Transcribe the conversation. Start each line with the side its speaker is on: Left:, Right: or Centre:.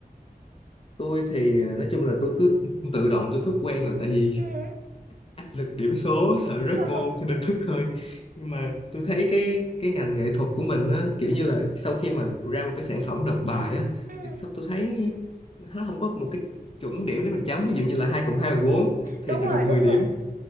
Left: tôi thì à, nói chung là tôi cứ tự động tôi xuất quen rồi tại vì
Right: Ừ.
Left: áp lực điểm số sợ
Right: <laughs>
Left: rớt môn cho nên thức thôi nhưng mà tôi thấy cái cái ngành nghệ thuật của mình á kiểu như là sau khi mà ra một cái sản phẩm nộp bài á
Right: Ừ.
Left: thì sao tôi thấy nó không có một cái chuẩn điểm để mình chấm ví dụ như là hai cộng hai bằng bốn thì
Right: Đúng
Left: được
Right: rồi,
Left: được
Right: đúng
Left: 10 điểm
Right: rồi.